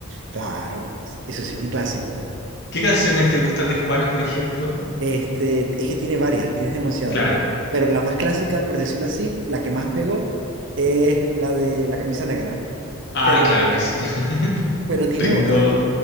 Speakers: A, on the right; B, on the left.
A: Claro, eso sí es un clásico.
B: ¿Qué canciones te gustan de Juanes, por ejemplo?
A: Este, es que tiene varias, tienes demasiado.
B: Claro.
A: Pero la más clásica, por decirlo así, la que más pegó es la de la camisa negra.
B: Ah,
A: Pero,
B: claro que sí. <laughs>
A: pero tiene
B: Tengo.
A: otra.